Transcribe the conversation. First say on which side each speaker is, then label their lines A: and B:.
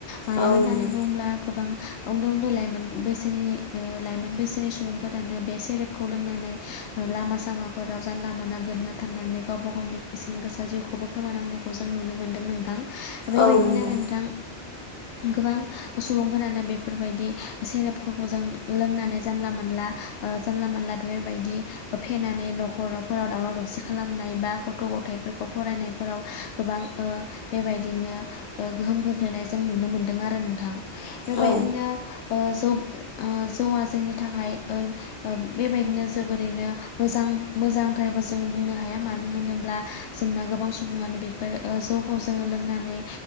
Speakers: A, on the left; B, on the left.
A: मानो
B: औ
A: होननानै
B: नंगौ
A: बुङोब्ला गोबां उन्दै उन्दै लाइमोन बैसा जोंनि लाइमोन बैसोनि सुबुंफोरानो बे सेरेबखौ लोंनानै लामा सामाफोराव जानला लामा नागिरनो थांनानै गावबा गावनि बेसेन गोसा जिउखौबो खोमानांनायखौ जों नुनो मोनदों नोंथां। बेबायदिनो
B: औ नंगौ
A: नोंथां गोबां सुबुंफोरानो बेफोरबायदि सेरेप नखौ जों लोंनानै जानला मोनला ओ जानला मोनला बेफोरबायदि फेनानै न'खराव फोराव दावराव दावसि खालामनाय बा गथ' गथायफोरखौ फरायनायफोराव गोबां बेबायदिनो बिनो गोहोम खोख्लैनाय जों नुनो मोन्दों आरो नोंथां बेबायदिनो
B: औ
A: जौ जौआ जोंनि थाखाय ओ बेबायदिनो जोबोरैनो मोजां मोजां फ्रायबो जों बुंनो हाया मानो होनोब्ला जोंना गोबां सुबुङानो बेफोर जौखौ जोङो लोंनानै